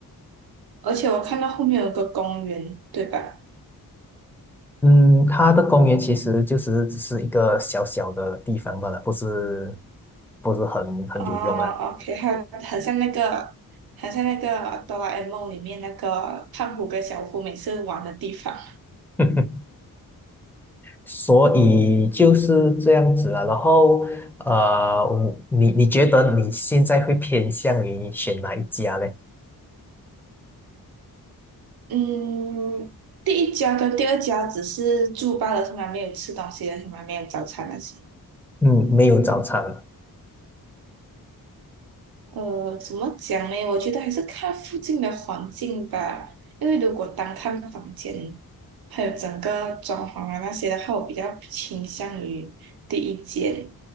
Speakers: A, on the right (about 75°); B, in the centre.
A: 而且我看到后面有个公园，对吧？
B: 嗯，它的公园其实就是只是一个小小的地方罢了，不是不是很很有用啊。
A: 哦 o k 还有很像那个，很像那个哆啦 A 梦里面那个胖虎跟小夫每次玩的地方。
B: <laughs> 所以就是这样子啊。然后呃，我你你觉得你现在会偏向于选哪一家嘞？
A: 嗯，第一家跟第二家只是住罢了，从来没有吃东西的，从来没有早餐那些。
B: 嗯，没有早餐
A: 呃，怎么讲呢？我觉得还是看附近的环境吧，因为如果单看房间，还有整个装潢啊那些的话，我比较倾向于第一间。